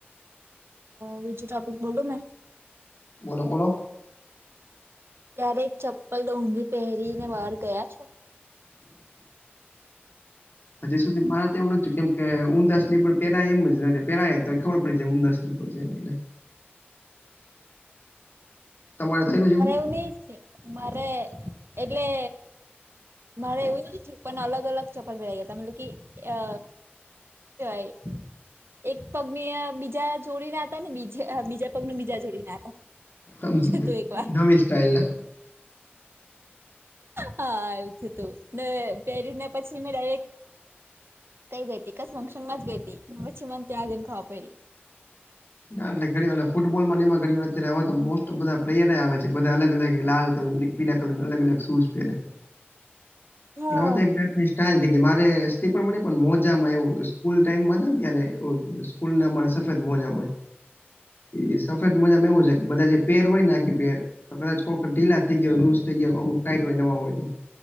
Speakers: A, on the right (about 70°); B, on the left (about 60°).
A: વિજી ટોપિક બોલું ને.
B: બોલો બોલો.
A: ત્યારે એક ચપ્પલ ડઊંધી પહેરી ને બહાર ગયા છો?
B: હજી સુધી મારે તો એવું નથીતું કેમ કે ઊંડાાસ પેરાય એમ જ નથી પહેરાય તો ખબર પડી જાય ઊંસ પજ મળલે એટલે. તમારે થયેલું છે
A: મારે એવું નહ છે મારે એટલે મારે એવું નથીયું પણ અલગ અલગ ચપ્પલ પેરાઈ ગયા ત મતલબ કે અ વા એક પગની બીજા જોડી ના હતા ને બીજ બીજા પગનું બીજા જોડી ના હતો,
B: એવું સમજી ગયો
A: તું એક વાર.
B: નવી સ્ટાઇલના
A: હા. થું ને પહેરીને પછી મે ડાયરેક્ટ કઈ ગેતી કસ ફંક્શનમાં જ ગેતી ચીમનતી આજન ખાવા પને.
B: નાલે ઘ વા <unintelligible> ફૂટબોલમાં એમાં ઘણી વાર અત્યારે હવા તો મોસ્ટ ઓફ બધા પ્લેયર આવે છેધ અગ અલગ લાલલરની પીડા કલરને અલ અલગ શૂઝ હમ
A: હા
B: <unintelligible> એ તો એક જાતની સ્ટાઈલ મારે સ્લીપર માં ન પણ મોજા માં એવું સ્કૂલ ટાઈમમાં હતા ને ત્યારે સ્કૂલ અરે સફેદ મોજા હોય. એ સફેદ મજામાં એવું છે બધા જે પેર હોય ને આખી પેર તો કદાચ કોઈક ઢીલા થઈ ગયા લુસ થઈ ગયો અમુક ટાઈટ હોય નવા હોય તો.